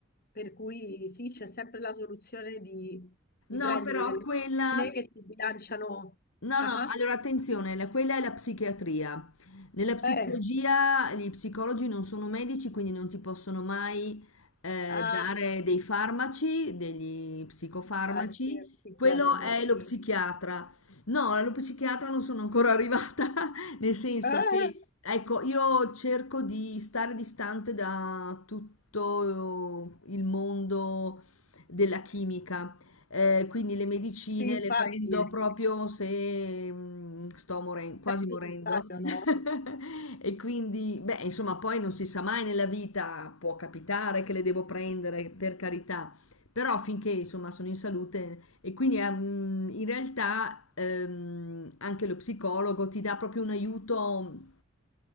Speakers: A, on the left; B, on the left.
A: per cui sì, c'è sempre la soluzione di, di prendere
B: No, però
A: delle
B: quella
A: medicine che ti bilanciano.
B: No,
A: Ah,
B: no, allora
A: ah.
B: attenzione, la- quella è la psichiatria. Nella psicologia
A: Eh,
B: gli psicologi non sono medici, quindi non ti possono mai eh,
A: ah,
B: dare dei farmaci, degli psicofarmaci.
A: ah, sì, è psichiatrico,
B: Quello è lo
A: sì.
B: psichiatra. No, allo psichiatra non sono ancora arrivata, <laughs> nel senso
A: Eh,
B: che, ecco, io cerco di stare distante da tutto il mondo della chimica. Eh, quindi le medicine
A: sì, infatti,
B: le prendo proprio se mm, sto moren- quasi
A: è necessario,
B: morendo.
A: no?
B: <laughs> E quindi, beh, insomma, poi non si sa mai nella vita, può capitare che le devo prendere, per carità, però finché insomma sono in salute e quindi ehm, in realtà ehm, anche lo psicologo ti dà proprio un aiuto